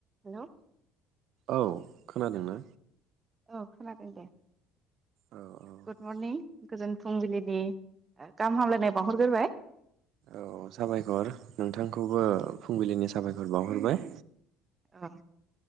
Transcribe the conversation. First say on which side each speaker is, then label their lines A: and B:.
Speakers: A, on the right (about 30°); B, on the right (about 60°).
A: Hello.
B: औ। खोनादों ना
A: औ खोनादों दे
B: औ औ
A: गुड मरनिं गोजोन फुंबिलिनि ओ गाहाम हामलायनाय बावहरग्रोबाय
B: औ साबायखर नोंथांखौबो फुंबिलिनि सम साबायखर बावहरबाय
A: औ